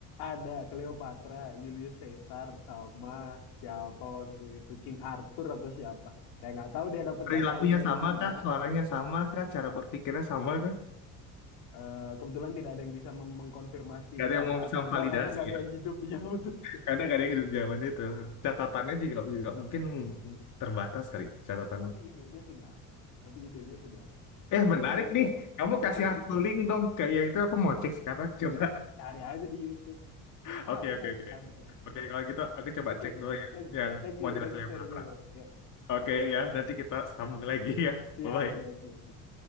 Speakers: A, on the left; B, on the left.
A: Ada Cleopatra, Julius Caesar, sama siapa waktu itu King Arthur atau siapa. Saya nggak tahu dia dapat
B: Perilakunya
A: datanya dari
B: sama
A: mana.
B: kah? Suaranya sama kah? Cara berpikirnya sama kah?
A: Eh, kebetulan tidak ada yang bisa mem- mengkonfirmasi
B: Gak ada
A: sama
B: yang mau bisa
A: atau enggak
B: validasi
A: karena nggak ada
B: ya,
A: yang hidup. <laughs> Ya betul sekali.
B: karena gak ada yang hidup zaman itu. Catatannya
A: Tapi,
B: juga juga mungkin terbatas kali catatan
A: tapi idenya sudah ada. Tapi idenya sudah ada.
B: Eh,
A: Memang,
B: menarik
A: memang.
B: nih. Kamu
A: Menarik
B: kasih aku
A: ya?
B: link dong ke yang itu aku mau cek sekarang. Coba.
A: Cari aja di YouTube.
B: <laughs>
A: Ada,
B: Oke, oke, oke.
A: ada.
B: Oke, kalau gitu aku coba
A: Oke,
B: cek dulu ya
A: thank you,
B: yang
A: thank you,
B: model
A: thank
B: Cleopatra.
A: you serinya ya. Pak. Ya,
B: Oke ya, nanti kita sambung lagi ya.
A: siap,
B: Bye-bye.
A: siap, siap.